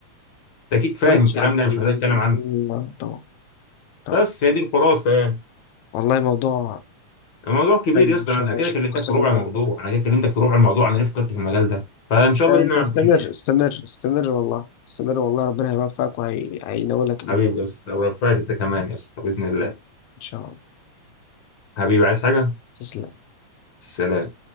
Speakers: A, on the left; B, on the left.
A: اكيد فاهم
B: مش
A: الكلام
B: عليه
A: ده انا مش محتاج اتكلم عنه
B: أيوة، طبعا طبعا
A: بس هي دي الخلاصه يعني
B: والله موضوع
A: الموضوع كبير
B: حلو
A: يا اسطى
B: شوية
A: انا
B: عايش
A: كده كلمتك
B: قصة
A: في ربع
B: جميلة
A: الموضوع انا كده كلمتك في ربع الموضوع انا ليه فكرت في المجال ده فان شاء
B: لا،
A: الله لينا
B: أنت
A: عبد
B: استمر
A: يعني
B: استمر استمر والله استمر والله ربنا هيوفقك وهينولك اللي
A: حبيبي
B: أنت
A: يا اسطى ورفعك انت كمان يا اسطى باذن الله
B: فيه. إن شاء الله
A: حبيبي عايز حاجه
B: تسلم
A: سلام